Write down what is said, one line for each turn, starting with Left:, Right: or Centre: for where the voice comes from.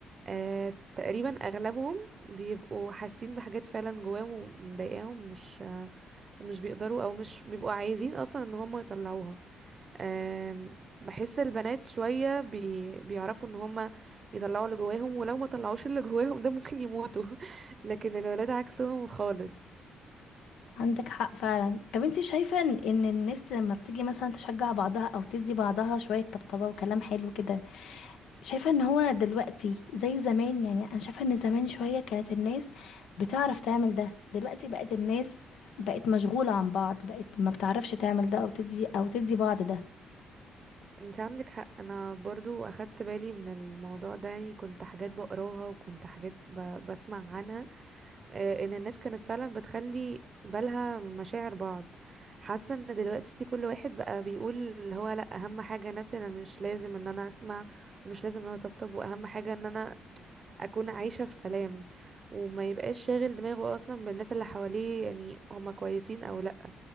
Right: آه تقريبا اغلبهم بيبقوا حاسين بحاجات فعلا جواهم ومضايقاهم مش ومش بيقدروا او مش بيبقوا عايزين اصلا ان هم يطلعوها آه بحس البنات شوية بي بيعرفوا ان هم يطلعوا اللي جواهم ولو ما طلعوش اللي جواهم ده ممكن يموتوا <laughs> لكن الولاد عكسهم خالص
Left: عندك حق فعلا طب انت شايفه ان إن الناس لما بتيجي مثلا تشجع بعضها او تدي بعضها شويه طبطبه وكلام حلو كده شايفة ان هو دلوقتي زي زمان يعني انا شايفة ان زمان شوية كانت الناس بتعرف تعمل ده دلوقتي بقت الناس بقت مشغولة عن بعض بقت ما بتعرفش تعمل ده او تدي او تدي بعض ده
Right: انت عندك حق انا برضو اخدت بالي من الموضوع ده يعني كنت حاجات بقراها وكنت حاجات ب... بسمع عنها آه ان الناس كانت فعلا بتخلي بالها من مشاعر بعض حاسه ان دلوقتي كل واحد بقى بيقول اللي هو لا اهم حاجه نفسي انا مش لازم ان انا اسمع ومش لازم ان انا اطبطب واهم حاجه ان انا اكون عايشه في سلام وما يبقاش شاغل دماغه اصلا بالناس اللي حواليه يعني هما كويسين او لا